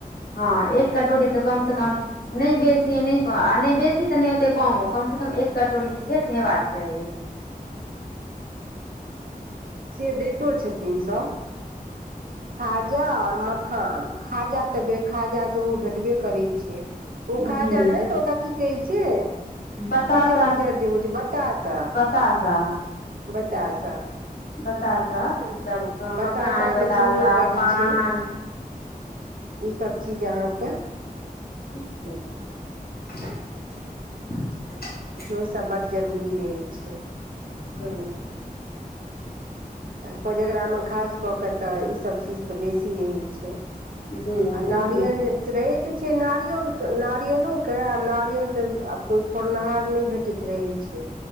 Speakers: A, on the left; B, on the right.
A: हँ एक कटोरी तऽ कम से कम नहि बेसी नहि आ नहि बेसी तऽ नहि ओतेक कमो कमसँ कम एक कटोरी जे छै से हेबाक चाही
B: से दैतो छतीन सब खाजा आओर मखान खान खाजा तऽ खाजा से ओ भेटबे करै छै ओ खाजा
A: जी
B: नहि ओकरा की कहै छै
A: बताशा
B: उज्जर उज्जर जे होइ छै बतासा
A: बताशा
B: बताशा
A: बताशा ई सबके
B: बतासा
A: मखान बताशा
B: के सेहो बड्ड
A: पान
B: छै ई सब चीज अहाँके
A: <unintelligible>
B: इहो सब बड जरूरी रहै छै
A: ह
B: आ कोजगरामे खास कऽ कऽ तऽ ईसभ चीजके बेसी रहै छै
A: जी
B: आ
A: बेसी
B: नारियल जे रहैत छै नारियल नारियलोक के आ नारियल तऽ कोइ फोड़नहार नहि भेट उचित रहै छै